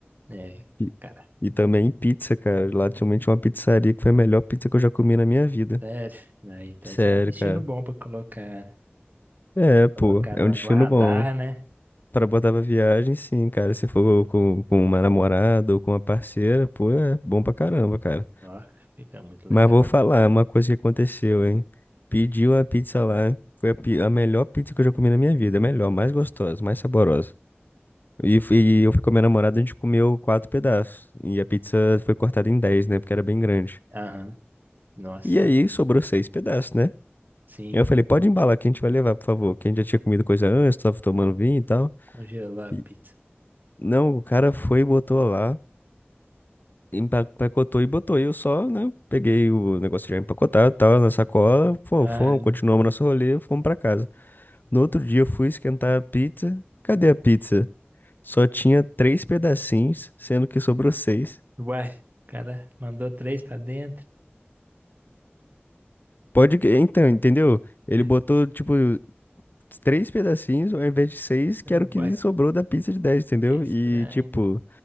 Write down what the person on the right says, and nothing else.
É,
cara,
sério. Né? Então
esse é um destino
bom pra colocar,
colocar
no,
no radar,
né?
Nossa, fica muito legal.
Aham. Nossa,
sim.
Congelar a
pizza.
Aham.
Uai, o cara mandou três pra dentro.
<laughs>
É,
Uai.
É estranho,
né?